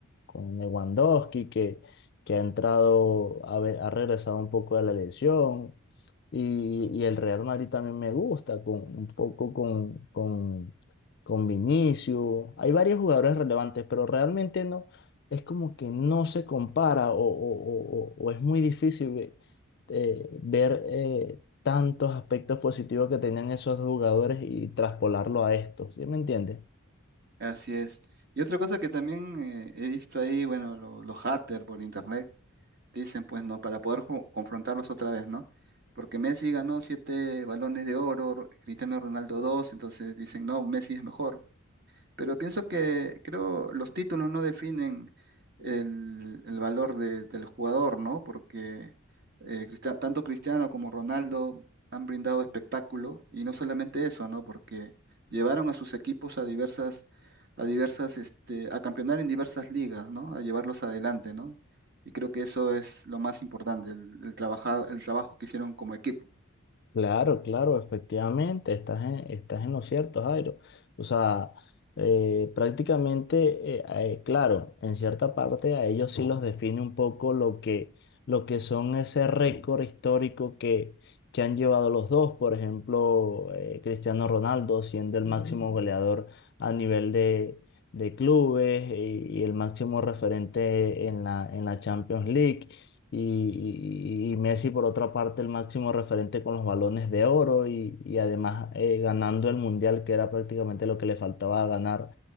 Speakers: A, on the left; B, on the right.
A: con Lewandowski, que, que ha entrado, ha, ve- ha regresado un poco de la lesión. Y, y el Real Madrid también me gusta, con, un poco con, con, con Vinicius. Hay varios jugadores relevantes, pero realmente no, es como que no se compara o, o- o- o- o es muy difícil ve- eh, ver. eh, tantos aspectos positivos que tenían esos jugadores y traspolarlo a esto, ¿sí me entiendes?
B: Así es. Y otra cosa que también eh, he visto ahí, bueno, lo- los haters por internet dicen, pues, ¿no? Para poder ju- confrontarlos otra vez, ¿no? Porque Messi ganó siete balones de oro, Cristiano Ronaldo dos, entonces dicen, no, Messi es mejor. Pero pienso que creo los títulos no definen el, el valor de- del jugador, ¿no? Porque eh, Cristia- tanto Cristiano como Ronaldo han brindado espectáculo y no solamente eso, ¿no? Porque llevaron a sus equipos a diversas, a diversas, este, a campeonar en diversas ligas, ¿no? A llevarlos adelante, ¿no? Y creo que eso es lo más importante, el, el trabajado, el trabajo que hicieron como equipo.
A: Claro, claro, efectivamente, estás en, estás en lo cierto, Jairo. O sea, eh, prácticamente, eh, eh, claro, en cierta parte a ellos sí los define un poco lo que, lo que son ese récord histórico que, que han llevado los dos. Por ejemplo, eh, Cristiano Ronaldo siendo el máximo goleador a nivel de, de clubes y, y el máximo referente en la, en la Champions League y, y- y Messi por otra parte el máximo referente con los balones de oro y, y además eh, ganando el Mundial que era prácticamente lo que le faltaba ganar.